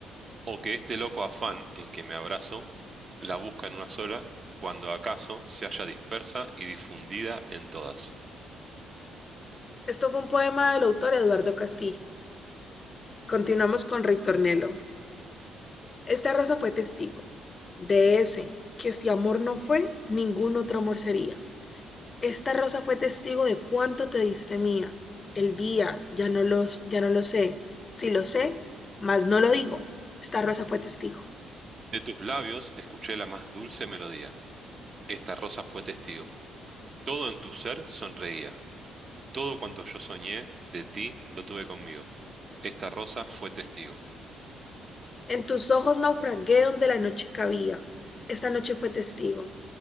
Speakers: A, on the right; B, on the left.
A: O que este loco afán en que me abrazo la busca en una sola, cuando acaso se haya dispersa y difundida en todas.
B: Esto fue un poema del autor Eduardo Castillo. Continuamos con Ritornello. Esta rosa fue testigo de ese que si amor no fue, ningún otro amor sería. Esta rosa fue testigo de cuánto te diste mía. El día, ya no los, ya no lo sé. Si lo sé, mas no lo digo. Esta rosa fue testigo.
A: De tus labios escuché la más dulce melodía. Esta rosa fue testigo. Todo en tu ser sonreía. Todo cuanto yo soñé de ti lo tuve conmigo. Esta rosa fue testigo.
B: En tus ojos naufragué donde la noche cabía. Esta noche fue testigo.